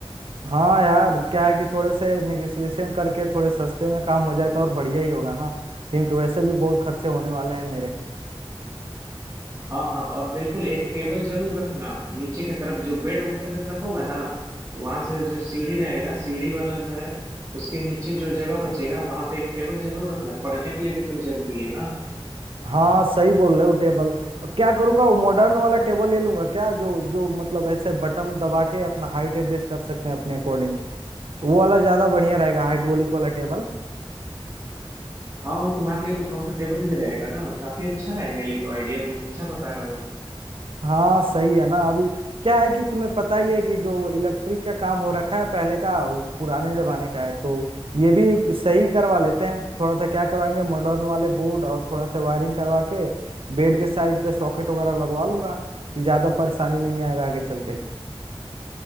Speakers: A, on the right; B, on the right.
A: हाँ यार क्या है कि थोड़े से नेगोशिएशन करके थोड़े सस्ते में काम हो जाए तो और बढ़िया ही होगा ना क्योंकि वैसे भी बहुत खर्चे होने वाले हैं मेरे
B: हाँ हाँ और बिल्कुल एक टेबल जरूर रखना नीचे की तरफ जो बेड ऊपर की तरफ होगा ना तो वहां से जो सीढ़ी रहेगा सीढ़ी वाला जो है उसके नीचे जो जगह बचेगा वहां पे एक टेबल जरूर रखना पढ़ने के लिए भी तो जरूरी है ना
A: हाँ सही बोल रहे हो टेबल क्या करूंगा वो मॉडर्न वाला टेबल ले लूंगा क्या जो जो मतलब ऐसे बटन दबा के अपना हाइट एडजस्ट कर सकते हैं अपने अकॉर्डिंग वो वाला ज्यादा बढ़िया रहेगा हाइड्रोलिक वाला टेबल
B: हाँ वो तुम्हारे लिए तो कंफर्टेबल भी रहेगा ना काफी अच्छा रहेगा ये तो आइडिया तुम अच्छा बता रहे हो
A: हाँ सही है ना अभी क्या है कि तुम्हें पता ही है कि जो इलेक्ट्रिक का काम हो रखा है पहले का वो पुराने जमाने का है तो ये भी सही करवा लेते हैं थोड़ा सा क्या करवाएंगे मॉडर्न वाले बोर्ड और थोड़ा सा वायरिंग करवा के बेड के साइड पे सॉकेट वगैरह लगवा लूंगा कि ज्यादा परेशानी नहीं आएगा आगे चल के